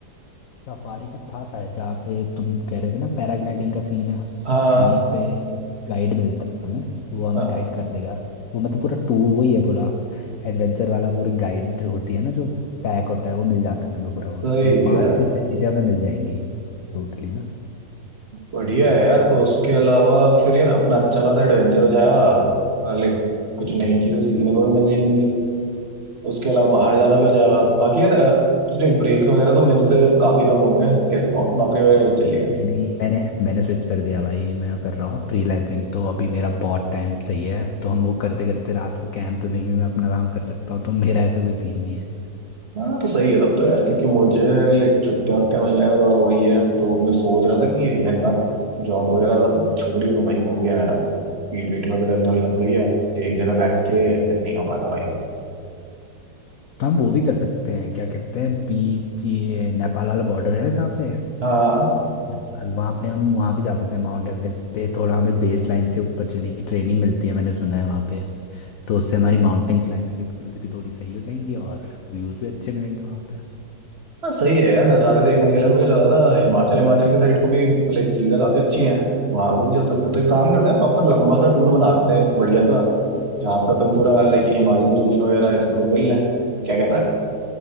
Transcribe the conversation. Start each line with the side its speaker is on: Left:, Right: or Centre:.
Left: सफारी का था शायद जहाँ पे तुम कह रहे थे ना पैराग्लाइडिंग का सीन है
Right: हाँ
Left: वहीं पे गाइड मिलता है हमें वो हमें
Right: हाँ
Left: गाइड कर देगा वो मतलब पूरा टूर वही है पूरा एडवेंचर वाला पूरी गाइड होती है ना जो पैक होता है वो मिल जाता है हमें पूरा वहाँ
Right: सही
Left: वहाँ पाँच
Right: है
Left: से छह चीज़ें हमें मिल जाएंगी टोटली ना
Right: बढ़िया है यार तो उसके अलावा फिर यार अपना अच्छा खासा एडवेंचर हो जाएगा लाइक कुछ
Left: हम्म।
Right: नई चीजें सीखने को भी मिल जाएंगी उसके अलावा बाहर जाना भी हो जाएगा बाकी यार अ, तुझे ब्रेक्स वगैरह तो मिलते अब काफी कम होंगे कैसे और नौकरी वगैरह चल रही है
Left: नहीं नहीं मैंने मैंने स्विच कर दिया भाई मैं कर रहा हूँ फ्रीलांसिंग तो अभी मेरा बहुत टाइम सही है तो हम वो करते करते रात को कैंप में भी मैं अपना काम कर सकता हूँ तो मेरा ऐसा कोई सीन नहीं है
Right: हाँ तो सही है तब तो यार क्योंकि मुझे लाइक छुट्टियां वुट्टियां मिलने का थोड़ा वही है तो मैं सोच रहा था कि इंदा जॉब वगैरह सब छोड़ ही दो भाई हो गया मेरा पीठ वीठ में भी दर्द होने लग गई है एक जगह बैठ के नहीं हो पाता भाई
Left: तो हम वो भी कर सकते हैं क्या कहते हैं बीच ये नेपाल वाला बॉर्डर है ना जहाँ पे
Right: हाँ
Left: नेपाल वहाँ पे हम वहाँ भी जा सकते हैं माउंट एवरेस्ट पे थोड़ा हमें बेस लाइन से ऊपर चढ़ने की ट्रेनिंग मिलती है मैंने सुना है वहाँ पे तो उससे हमारी माउंटेन क्लाइंबिंग स्किल्स भी थोड़ी सही हो जाएंगी और व्यूज़ भी अच्छे मिलेंगे वहाँ पे
Right: हाँ सही है यार नज़ारे देखने के लिए मुझे लगा था हिमाचल हिमाचल के साइड को भी लाइक चीज़ें काफ़ी अच्छी हैं वहाँ को भी चल सकता है तो एक काम करते हैं प्रॉपर लंबा सा टूर बनाते हैं एक बढ़िया सा जहाँ पे अपन पूरा लाइक हिमालयन रीजन वगैरह एक्सप्लोर कर लें क्या कहता है